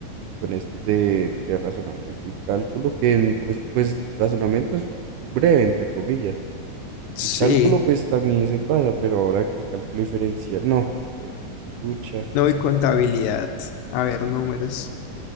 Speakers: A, on the right (about 80°); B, on the left (about 80°).
A: con estos de, de razonamiento y cálculo, que en, pues, pues razonamiento es breve, entre comillas.
B: Sí,
A: Y cálculo, pues también se pasa, pero ahora que cálculo diferencial, no, pues, pucha,
B: no, y contabilidad, a ver números